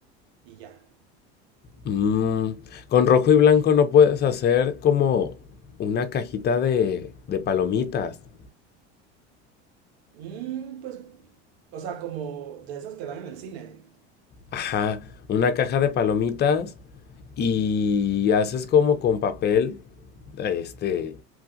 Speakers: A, on the right; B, on the left.
A: y ya.
B: Mm, con rojo y blanco no puedes hacer como una cajita de, de palomitas.
A: Mm, pues, o sea, como de esas que dan en el cine.
B: Ajá, una caja de palomitas y haces como con papel, este,